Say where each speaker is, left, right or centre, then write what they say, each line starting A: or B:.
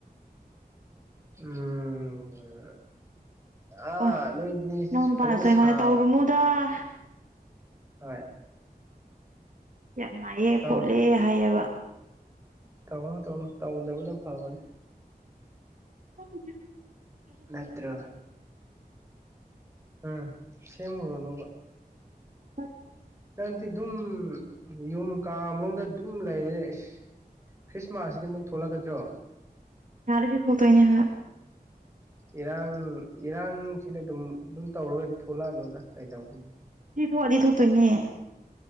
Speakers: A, on the right (about 15°); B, on the right (about 55°).
A: ꯎꯝ ꯍ ꯑꯥ
B: ꯑꯣ
A: ꯅꯣꯏꯗꯨꯗꯤ
B: ꯅꯅꯥꯎ ꯅꯨꯄꯥꯅꯁꯨ
A: ꯐꯖꯅ
B: ꯑꯩꯉꯣꯟꯗ
A: ꯁꯥꯎ
B: <inaudible>
A: ꯍꯣꯏ
B: ꯌꯥꯝꯅꯥꯏꯑꯦ
A: ꯇꯧ
B: ꯈꯣꯠꯂꯦ ꯍꯥꯏꯌꯦꯕ
A: ꯇꯧ ꯇꯧꯗꯕꯅ ꯐꯕꯅꯦ
B: ꯈꯪꯗ‌ꯦ
A: ꯅꯠꯇ꯭ꯔꯣ ꯎꯝ ꯁꯦꯝꯃꯨꯔꯣꯅꯣꯕ
B: <unintelligible>
A: ꯅꯪꯗꯤ ꯑꯗꯨꯝ ꯌꯨꯝ ꯀꯥ ꯃꯅꯨꯡꯗ ꯑꯗꯨꯝ ꯂꯩꯔꯦ ꯑꯁ ꯈ꯭ꯔꯤꯁꯃꯥꯁꯁꯤꯗꯤ ꯑꯃꯨꯛ ꯊꯣꯛꯂꯛꯀꯗ꯭ꯔꯣ
B: ꯍꯔꯗꯤꯠ ꯊꯣꯛ ꯇꯣꯏꯅꯦ ꯍꯥ
A: ꯏꯔꯥꯡ ꯏꯔꯥꯡꯁꯤꯗ ꯑꯗꯨꯝ ꯑꯗꯨꯝ ꯇꯧꯔꯒꯗꯤ ꯊꯣꯛꯂꯛꯑꯅꯨꯗ꯭ꯔ ꯀꯥꯏ ꯇꯧꯗꯣꯏꯅꯣ
B: ꯁꯤ ꯊꯣꯛꯑꯗꯤ ꯊꯣꯛꯇꯣꯏꯅꯦ